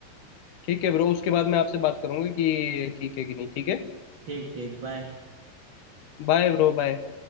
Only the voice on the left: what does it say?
ठीक है ब्रो उसके बाद मैं आपसे बात करूँगी कि ठीक है कि नहीं ठीक है
बाय ब्रो बाय